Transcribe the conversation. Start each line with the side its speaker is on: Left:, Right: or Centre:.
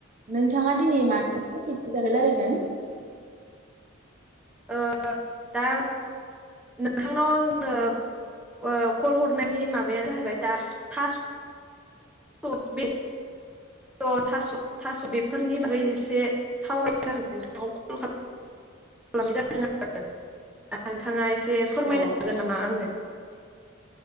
Right: नोंथाङा दिनै मानो <unintelligible> <unintelligible> रायलायगोन
Centre: ओ दा नोंथांनाव आङो ओ कल हरनायनि माबायानो जाहैबाय दा थास स' बे स' थास' थास' बेफोरनि बारै एसे सावरायनो थाखाय नोंथाङाव कल खालामनाय जादों आरो दा नोंथाङा एसे एसे फोरमायनो
Right: अ
Centre: हागोन
Right: अ
Centre: नामा आंनो